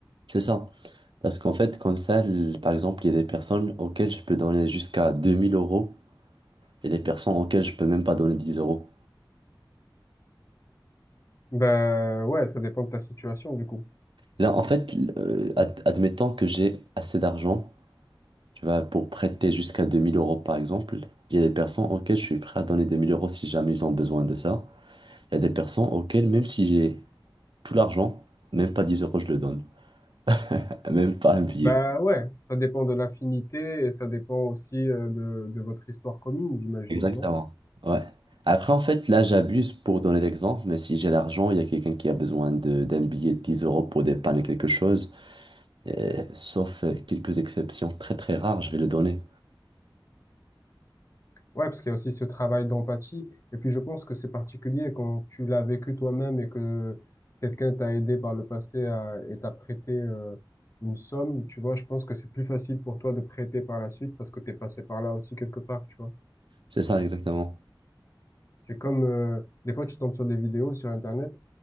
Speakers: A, on the right; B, on the left.
A: C'est ça. Parce qu'en fait, comme ça, l- par exemple, il y a des personnes auxquelles je peux donner jusqu'à 2000 euros et des personnes auxquelles je peux même pas donner 10 euros.
B: Bah ouais, ça dépend de ta situation, du coup.
A: Là, en fait, l- euh, ad- admettons que j'ai assez d'argent, tu vois, pour prêter jusqu'à 2000 euros, par exemple, il y a des personnes auxquelles je suis prêt à donner 2000 euros si jamais ils ont besoin de ça. Il y a des personnes auxquelles, même si j'ai tout l'argent, même pas 10 euros, je le donne. <laughs> Même pas un billet.
B: Bah ouais, ça dépend de l'affinité et ça dépend aussi euh, de, de votre histoire commune, j'imagine,
A: Exactement.
B: non?
A: Ouais. Après, en fait, là, j'abuse pour donner l'exemple, mais si j'ai l'argent, il y a quelqu'un qui a besoin de- d'un billet de 10 euros pour dépanner quelque chose, euh, sauf euh, quelques exceptions très très rares, je vais le donner.
B: Ouais, parce qu'il y a aussi ce travail d'empathie. Et puis je pense que c'est particulier quand tu l'as vécu toi-même et que quelqu'un t'a aidé par le passé à, et t'a prêté euh, une somme, tu vois, je pense que c'est plus facile pour toi de prêter par la suite parce que t'es passé par là aussi quelque part, tu vois.
A: C'est ça, exactement.
B: C'est comme, euh, des fois, tu tombes sur des vidéos sur Internet